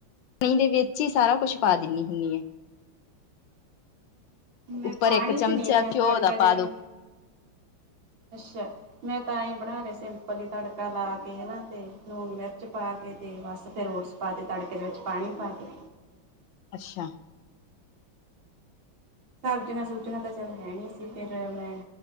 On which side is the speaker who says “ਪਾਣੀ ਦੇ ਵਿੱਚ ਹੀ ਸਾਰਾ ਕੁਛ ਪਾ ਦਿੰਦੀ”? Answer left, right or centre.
Left